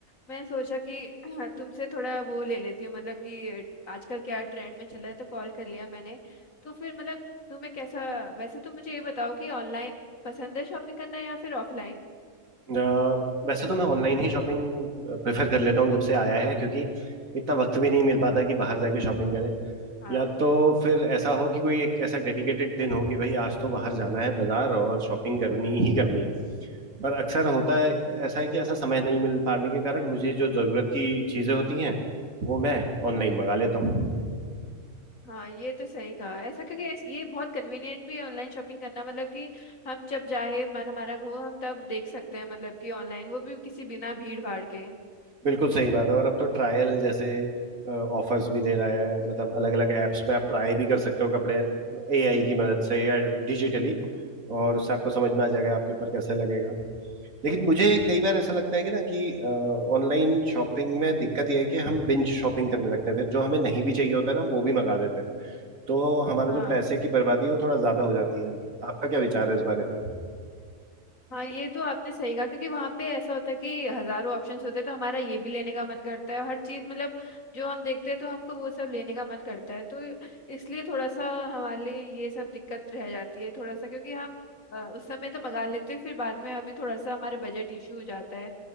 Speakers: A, on the left; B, on the right.
A: मैं सोचा कि <clears throat> हाँ, तुमसे थोड़ा वो ले लेती हूँ मतलब कि आजकल क्या ट्रेंड में चला है तो कॉल कर लिया मैंने तो फिर मतलब तुम्हें कैसा वैसे तुम मुझे ये बताओ कि ऑनलाइन पसंद है शॉपिंग करना या फिर ऑफलाइन
B: अ, वैसे तो मैं ऑनलाइन ही शॉपिंग प्रेफर कर लेता हूँ जब से आया है क्योंकि इतना वक्त भी नहीं मिल पाता कि बाहर जाके शॉपिंग करें
A: हाँ
B: या तो फिर ऐसा हो कि कोई एक ऐसा डेडिकेटेड दिन हो कि भाई आज तो बाहर जाना है बाजार और शॉपिंग करनी ही करनी है पर अक्सर होता है ऐसा है कि ऐसा समय नहीं मिल पाने के कारण मुझे जो ज़रूरत की चीज़ें होती हैं वो मैं ऑनलाइन
A: हम्म
B: मंगा लेता हूँ
A: हाँ ये तो सही कहा ऐसा क्योंकि ऐस- ये बहुत कन्वीनियंट भी है ऑनलाइन शॉपिंग करना मतलब कि हम जब चाहे मन हमारा हो हम तब देख सकते हैं मतलब कि ऑनलाइन वो भी किसी बिना भीड़ भाड़ के
B: बिल्कुल सही बात है और अब तो ट्रायल जैसे ऑफर्स भी दे रहा है मतलब अलग अलग ऐप्स में आप ट्राई भी कर सकते हो कपड़े एआई की मदद से या डिजिटली और उससे आपको समझ में आ जाएगा आपके ऊपर कैसे लगेगा लेकिन मुझे कई बार ऐसा लगता है कि ना कि ऑनलाइन शॉपिंग में दिक्कत यह है कि हम बिंज शॉपिंग करने लगते हैं फिर जो हमें नहीं भी चाहिए होता है ना हम वो भी मंगा देते हैं तो हमारा
A: हाँ
B: जो पैसे की बर्बादी है वो थोड़ा ज्यादा हो जाती है आपका क्या विचार है इस बारे में
A: हाँ ये तो आपने सही कहा क्योंकि वहां पे ऐसा होता है कि हजारों ऑप्शंस होते हैं तो हमारा ये भी लेने का मन करता है हर चीज मतलब जो हम देखते हैं तो हमको वो सब लेने का मन करता है तो इसलिए थोड़ा सा हमारे लिए ये सब दिक्कत रह जाती है थोड़ा सा क्योंकि हम अ, उस समय तो मंगा लेते हैं फिर बाद में हमें थोड़ा सा हमारे बजट इशू हो जाता है